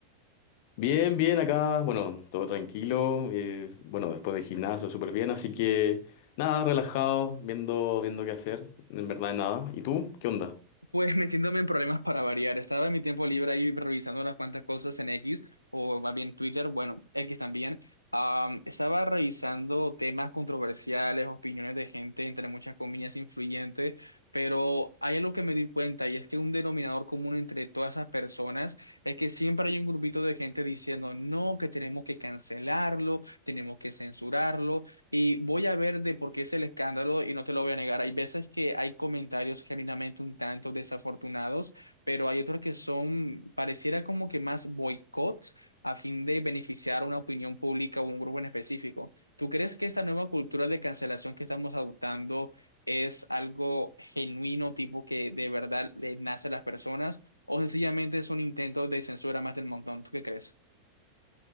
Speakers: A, on the left; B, on the left.
A: Bien, bien, acá, bueno, todo tranquilo, eh, bueno, después de gimnasio, súper bien, así que nada, relajado, viendo, viendo qué hacer, en verdad nada. ¿Y tú? ¿Qué onda?
B: Pues metiéndome en problemas para variar. Estaba en mi tiempo libre ahí revisando unas cuantas cosas en X o más bien Twitter, bueno, X también. Am, estaba revisando temas controversiales, opiniones de gente, entre muchas comillas, influyente, pero hay algo que me di cuenta y es que un denominador común entre todas esas personas es que siempre hay un grupito de gente diciendo, no, que tenemos que cancelarlo, tenemos que censurarlo. Y voy a ver de por qué es el escándalo y no te lo voy a negar. Hay veces que hay comentarios genuinamente un tanto desafortunados, pero hay otros que son, pareciera como que más boicots a fin de beneficiar a una opinión pública o un grupo en específico. ¿Tú crees que esta nueva cultura de cancelación que estamos adoptando es algo genuino, tipo que de verdad le nace a las personas, o sencillamente es un intento de censura más del montón? ¿Tú qué crees?